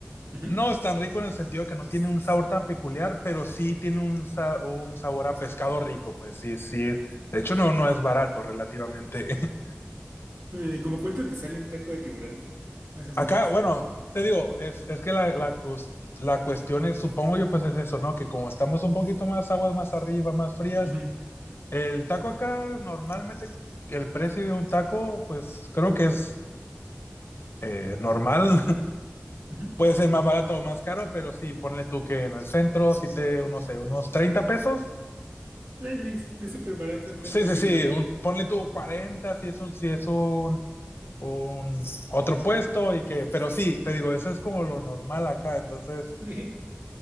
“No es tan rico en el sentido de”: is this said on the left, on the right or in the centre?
Left